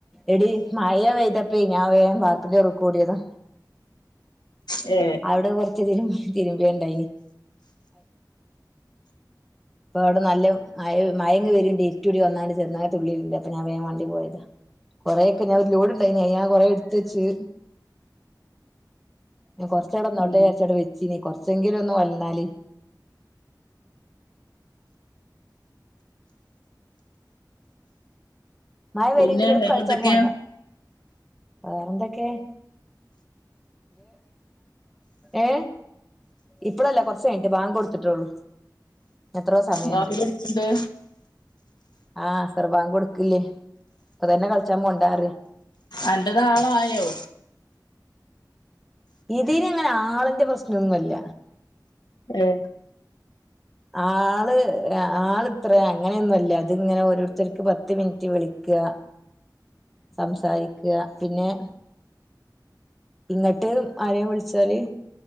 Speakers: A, in the centre; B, on the left (about 75°).
A: എടീ മയ വെയ്തപ്പേ ഞാൻ വേഗം വാർപ്പിന്റെറെറക്ക് <unintelligible> ഓടിയതാ
B: ഏ
A: അവിടെ കൊറച്ചു തിരുമ്പി തിരുമ്പിയൊണ്ടയിന് ഇപ്പം വടെ നല്ല മഴ മഴങ്ങ് വര്ണ്ട് ഇര്ട്ടൂടി വന്നാണ്ട് ചെറുതായിട്ട് തുള്ളി വിക്ക്ണ്ട് അപ്പ ഞാൻ വോം മണ്ടി പോയത കൊറെയൊക്കെ ഞാൻ ഒരു ലോട്ണ്ടായിന് ഞാൻ കൊറെ എടുത്തുച്ച് ന്നെ കൊറച്ചടെന്നോട്ടേന്ന്
B: ഉം
A: യാരിച്ചവിടെ വെച്ചീന് കൊറച്ചെങ്കിലും ഒന്നു വന്നാല് മായ പേരുണ്ട്
B: പിന്നെ
A: ജ്ജ്ചെടക്ക്
B: വേറെന്തൊക്കെയാ
A: കളിച്ചാ പോണ്ട വേറെന്തൊക്കെയാ ഏ ഇപ്പളല്ല കൊറച്ചയിഞ്ഞിട്ട് പാങ്ക കൊടുത്തിട്ടെള്ളൂ എത്രോ സമയണ്ട്
B: ബാങ്ക് കൊടുക്ക്ണ്ട്
A: ആഹ് അസർ ബാംഗ്‌ കൊടുക്കില്ലേ ഇപ്പതന്നെ കളിച്ചാ പോണ്ടറിയ
B: അന്റെ നാളായോ
A: ഇതീന് അങ്ങനെ ആളിന്റെ പ്രശ്നൊന്നുല്ല
B: ഏഹ്
A: ആള് ആൾ ഇത്ര അങ്ങനെയൊന്നുംല്ല അതിങ്ങനെ ഓരോരുത്തർക്ക് പത്ത് മിനിറ്റ് വിളിക്കാ സംസാരിക്ക പിന്നെ ഇങ്ങട്ട് ആരെലും വിളിച്ചാല്